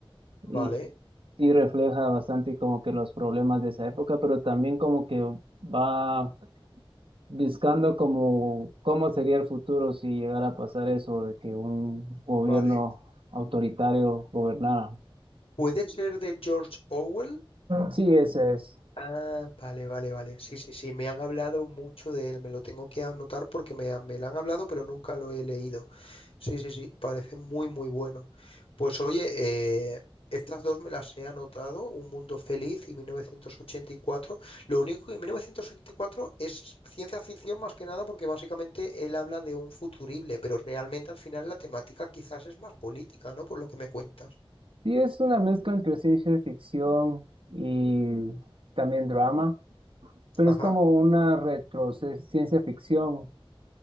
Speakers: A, on the left; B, on the right.
A: Vale,
B: y sí refleja bastante como que los problemas de esa época, pero también como que va buscando como cómo sería el futuro si llegara a pasar eso de que un gobierno
A: vale.
B: autoritario gobernara.
A: ¿Puede ser de George Orwell?
B: Sí, esa es.
A: Ah, vale, vale, vale. Sí, sí, sí, me han hablado mucho de él, me lo tengo que anotar porque me, han- me lo han hablado, pero nunca lo he leído. Sí, sí, sí, parece muy, muy bueno. Pues oye, eh, estas dos me las he anotado, Un Mundo Feliz y 1984. Lo único que 1984 es ciencia ficción más que nada porque básicamente él habla de un futurible, pero realmente al final la temática quizás es más política, ¿no? Por lo que me cuentas.
B: Sí, es una mezcla entre ciencia ficción y también drama, pero
A: Ajá,
B: es como una retro ciencia ficción